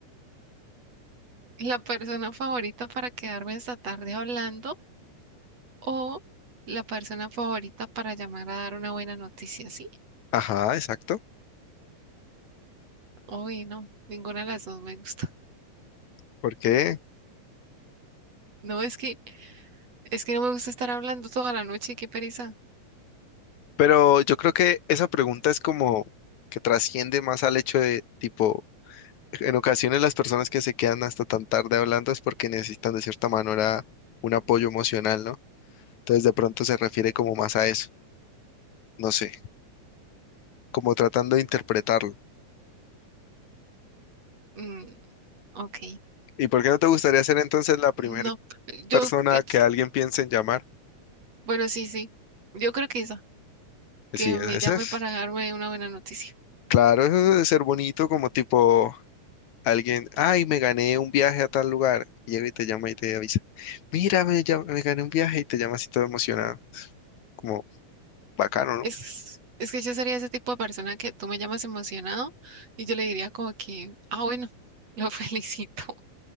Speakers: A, on the right (about 55°); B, on the left (about 75°).
A: La persona favorita para quedarme esta tarde hablando o la persona favorita para llamar a dar una buena noticia, ¿sí?
B: Ajá, exacto.
A: Uy, no, ninguna de las dos me gusta. <laughs>
B: ¿Por qué?
A: No, es que, es que no me gusta estar hablando toda la noche, qué pereza.
B: Pero yo creo que esa pregunta es como que trasciende más al hecho de tipo, en ocasiones las personas que se quedan hasta tan tarde hablando es porque necesitan de cierta manera un apoyo emocional, ¿no? Entonces de pronto se refiere como más a eso, no sé, como tratando de interpretarlo.
A: Mm, ok,
B: ¿Y por qué no te gustaría ser entonces la primera
A: no, yo,
B: persona
A: eh,
B: que alguien piense en llamar?
A: bueno, sí, sí, yo creo que esa,
B: Pues
A: que
B: Sí,
A: me
B: ese
A: llame
B: es.
A: para darme una buena noticia.
B: Claro, eso debe ser bonito, como tipo alguien, ay, me gané un viaje a tal lugar. Y llega y te llama y te avisa, mira, me, llam- me gané un viaje y te llama así todo emocionado. Como bacano, ¿no?
A: Es, es que yo sería ese tipo de persona que tú me llamas emocionado y yo le diría como que, ah, bueno, <laughs> lo felicito.